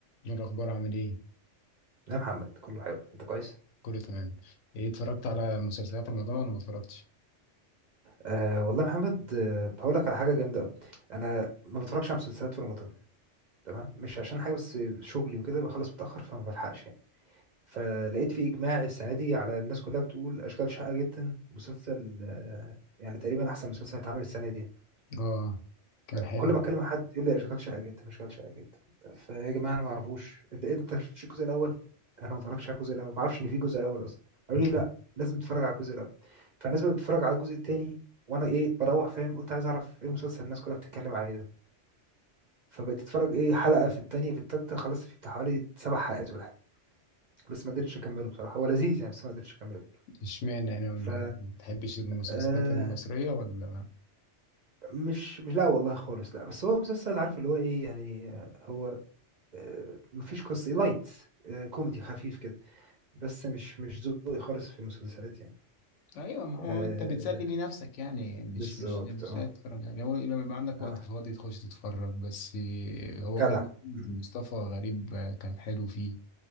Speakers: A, on the left (about 75°); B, on the right (about 55°).
A: إيه الأخبار عامل إيه؟
B: يا محمد كله حلو انت كويس
A: كله تمام إيه اتفرجت على مسلسلات رمضان ولا ما اتفرجتش؟
B: آه والله يا محمد آه هقول لك على حاجه جامده قوي انا ما بتفرجش على مسلسلات في رمضان تمام مش عشان حاجه بس شغلي وكده بخلص متاخر فما بلحقش يعني فلقيت في اجماع السنه دي على الناس كلها بتقول اشغال شاقه جدا مسلسل آه يعني تقريبا احسن مسلسل هيتعمل السنه دي
A: آه كان حلو
B: كل ما اتكلم مع حد يقول لي اشغال شقه جدا اشغال شقه جدا فيا جماعه انا ما اعرفوش انت ايه ده؟ انت ما شفتش الجزء الاول انا ما اتفرجتش على الجزء الاول ما اعرفش ان في جزء اول اصلا قالوا
A: <laughs>
B: لي لا لازم تتفرج على الجزء الاول فالناس بقت بتتفرج على الجزء التاني وانا ايه بروح فاهم قلت عايز اعرف ايه المسلسل الناس كلها بتتكلم عليه ده فبقيت اتفرج ايه حلقه في التانيه في التالته خلصت فيه بتاع حوالي سبع حلقات ولا حاجه بس ما قدرتش اكمله بصراحه هو لذيذ يعني بس ما قدرتش اكمله
A: اشمعنى يعني ما
B: ف
A: بتحبش المسلسلات
B: آه
A: المصرية ولا؟
B: مش مش لا والله خالص لا بس هو مسلسل عارف اللي هو ايه يعني آه، هو آه، مفيش قصة لايت آه، كوميدي خفيف كده بس مش مش ذوقي خالص في المسلسلات يعني
A: أيوة ما هو
B: آه،
A: أنت بتسلي بيه نفسك يعني مش
B: بالظبط
A: مش مش
B: اه
A: لا تتفرج يعني هو لما يبقى عندك
B: اه
A: وقت فاضي تخش تتفرج بس إيه، هو
B: جدع
A: كان
B: مم.
A: مصطفى غريب كان حلو فيه